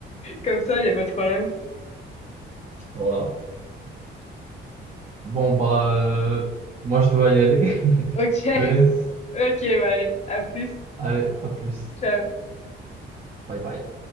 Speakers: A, on the left; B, on the right.
A: Comme ça, il n'y a pas de problème.
B: Voilà. Bon, bah, euh, moi, je dois y aller. <laughs>
A: Ok,
B: Je te laisse.
A: ok, bah allez, à plus.
B: Allez, à plus.
A: Ciao.
B: Bye bye.